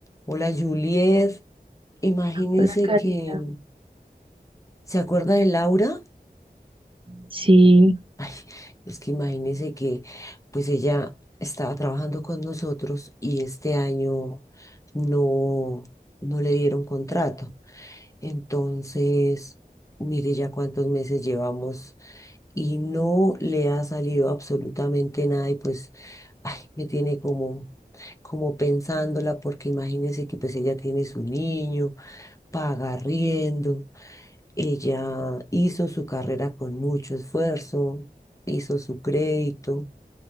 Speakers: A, on the left; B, on the right.
A: Hola Juliet, imagínese
B: Hola Karina.
A: que, ¿se acuerda de Laura?
B: Sí,
A: <laughs> Ay, es que imagínese que pues ella estaba trabajando con nosotros y este año no, no le dieron contrato. Entonces, mire ya cuántos meses llevamos y no le ha salido absolutamente nada y pues, ay, me tiene como, como pensándola porque imagínese que pues ella tiene su niño, paga riendo. Ella hizo su carrera con mucho esfuerzo, hizo su crédito